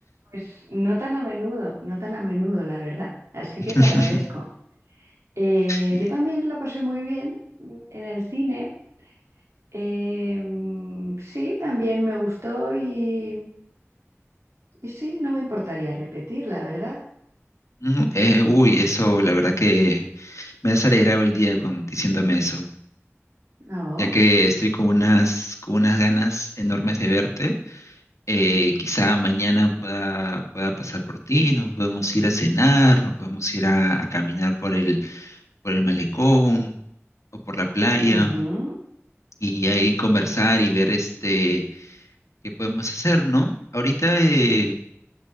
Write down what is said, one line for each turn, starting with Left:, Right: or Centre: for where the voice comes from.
Right: Pues no tan a menudo, no tan a menudo, la verdad. Así
Left: <laughs>
Right: que te agradezco. Eh,
Left: Eh,
Right: yo también la pasé muy bien en el cine. Eh, mm, sí, también me gustó y, y sí, no me importaría repetir, la verdad.
Left: mm, eh, uy, eso la verdad que me has alegrado el día con, diciéndome eso,
Right: No.
Left: ya que estoy con unas, con unas ganas enormes de verte. eh, quizá mañana pueda, pueda pasar por ti, nos podemos ir a cenar, nos podemos ir a, a caminar por el, por el malecón o por la playa
Right: Ujú.
Left: y ahí conversar y ver este, qué podemos hacer, ¿no? Ahorita, eh,